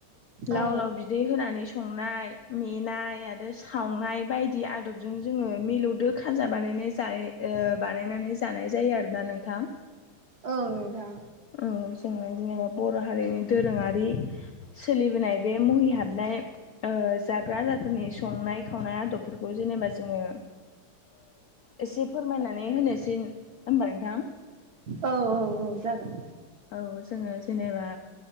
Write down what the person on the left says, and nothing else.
लाव
लाव बिदै होनानै संनाय मेनाय आरो सावनाय बायदि आदबजों जोङो मिलौदो खाजा बानाय बानायनानै जानाय जायो आरो। नोंथां
जों जेनेबा बर' हारिनि दोरोङारि सोलिबोनाय बे मुहि हाबनाय जाग्रा आदारफोरनि संनाय खावनाय आदब फोरखौ जेनेबा जोङो एसे फोरमायनानै होनोसै। हमबा नोंथां।
औ जोङो जेनेबा